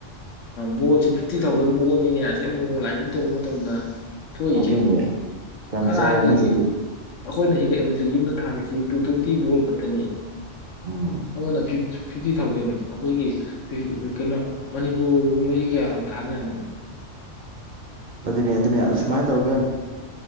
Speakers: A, on the left; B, on the right.
A: ꯕꯣꯜꯁꯦ ꯐꯤꯐꯇꯤ ꯊꯥꯎꯖꯟ ꯕꯣꯜꯅꯤꯅꯦ ꯑꯁꯤ ꯑꯃꯨꯛ ꯂꯥꯏꯅꯤꯡ ꯇꯧꯕ ꯃꯇꯝꯗ ꯊꯣꯛꯏꯁꯦ
B: ꯑꯗꯨꯅꯦ ꯌꯥꯝ
A: ꯀꯔꯥꯏꯗꯒꯤ
B: ꯆꯥꯎꯔꯅꯤ ꯑꯗꯨꯗꯤ
A: ꯑꯩꯈꯣꯏꯅ ꯁꯤꯗ ꯑꯦꯂꯦꯛꯇ꯭ꯔꯤꯛ ꯌꯨꯝꯗ ꯊꯥꯂꯤꯁꯦ ꯇꯨ ꯇꯗꯤ ꯣꯜ ꯈꯇꯅꯤ
B: ꯎꯝ
A: ꯑꯃꯃꯅ ꯐꯤ ꯐꯤꯐꯇꯤ ꯊꯥꯎꯖꯟ ꯑꯩꯈꯣꯏꯒꯤ ꯀꯩꯅꯣ ꯃꯅꯤꯄꯨꯔꯒꯨꯝꯕꯁꯤ ꯀꯌꯥ ꯊꯥꯅ ꯌꯥꯅꯤ
B: ꯑꯗꯨꯅꯦ ꯑꯗꯨꯅꯦ ꯑꯁꯨꯃꯥꯏꯅ ꯇꯧꯔꯒ